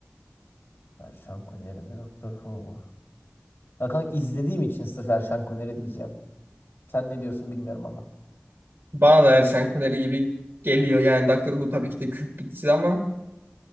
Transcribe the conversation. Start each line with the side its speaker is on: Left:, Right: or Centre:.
Left: Erşan Kuneri mi Doktor Who mu? Ya kanka izlediğim için sırf Erşan Kuneri diyeceğim. Sen ne diyorsun bilmiyorum ama.
Right: Bana da Erşan Kuneri gibi geliyor. Yani Doctor Who tabii ki de kült bir dizi ama